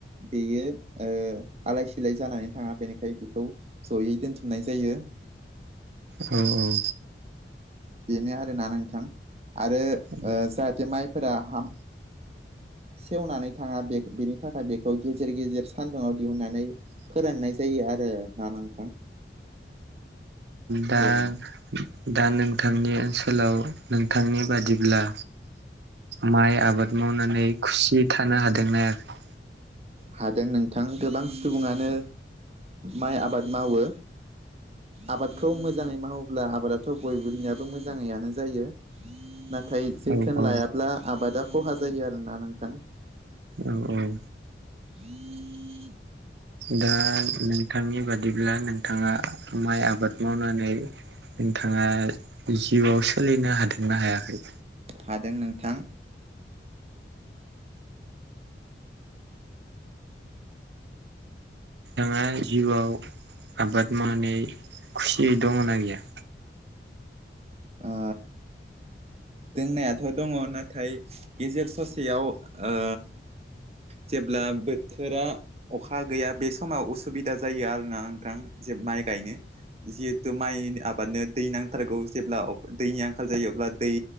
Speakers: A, on the right (about 35°); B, on the right (about 75°).
A: बेयो आलाय सिलाय जानानै थाङा बेनिखाय बेखौ- जयै दोनथुमनाय जायो।
B: औ औ
A: बेनो आरोना नोंथां आरो
B: औ
A: जाहाथे माइफोरा हाम सेवनानै थाङा बेनि थाखाय बेखौ गेजेर गेजेर सान्दुुंआव दिहुननानै- फोराननाय जायो आरो ना नोंथां-।
B: दा
A: बेनो
B: - दा नोंथांनि ओनसोलाव नोंथांनि बादिब्ला माइ आबाद मावनानै खुसियै थानो हादोंना आरो-
A: हादों नोंथां, गोबां सुबुङानो माइ आबाद मावो। आबादखौ मोजाङै मावोब्ला आबादाथ' बयबोनियाबो मोजाङैनो जायो। नाथाय जोथोन
B: औ औ
A: लायाब्ला आबादा खहा जायो आरोना नोंथां।
B: औ औ।
A: <inaudible>
B: दा नोंथांनि बादिब्ला नोंथाङा माइ आबाद मावनानै- नोंथाङा जिउआव सोलिनो हादोंना हायाखै?
A: हादों नोंथां।
B: नोंथाङा जिउआव आबाद मावनानै खुसियै दंना गैया?
A: ओ दोंनायाथ' दङ नाथाय गेजेर ससेयाव ओ जेब्ला बोथोरा अखा गैया बे समाव उसुबिदा जायो आरोना नोंथां जे माइ गायनो जिहेथु, माइनि आबादनो दै नांथारगौ। जेब्ला दैनि आंखाल जायो अब्ला दै